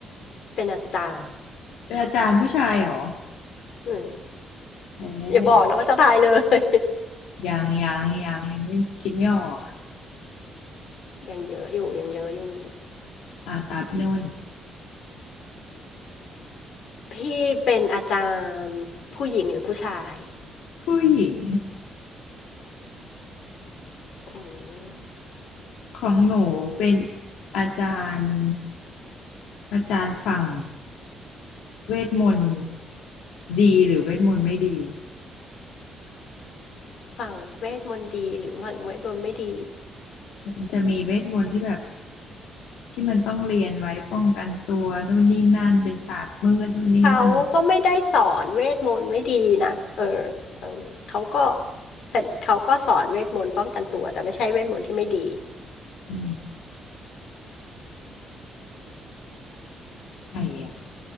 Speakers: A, on the left (about 65°); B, on the left (about 90°).
A: เป็นอาจารย์
B: เป็นอาจารย์ผู้ชายเหรอ
A: อืม
B: แพ
A: อย่าบอกนะว่าจะตายเลย
B: ้ยังยังยังยังไม่คิดไม่ออก
A: <laughs> ยังเยอะอยู่ยังเยอะอยู่
B: อ่าตาพี่นุ่น
A: พี่เป็นอาจารย์ผู้หญิงหรือผู้ชาย
B: ผู้หญิง
A: อืม
B: ของหนูเป็นอาจารย์อาจารย์ฝั่งเวทมนต์ดีหรือเวทมนต์ไม่ดี
A: ฝั่งเวทมนต์ดีหรือฝั่งเวทมนต์ไม่ดี
B: มันจะมีเวทมนต์ที่แบบที่มันต้องเรียนไว้ป้องกันตัวนู่นนี่นั่นเป็นศาสตร์มืดนู่นนี่นั่น
A: เขาก็ไม่ได้สอนเวทมนต์ไม่ดีนะเออเออเขาก็เป็นเขาก็สอนเวทมนต์ป้องกันตัวแต่ไม่ใช่เวทมนต์ที่ไม่ดี
B: อืมใครอะ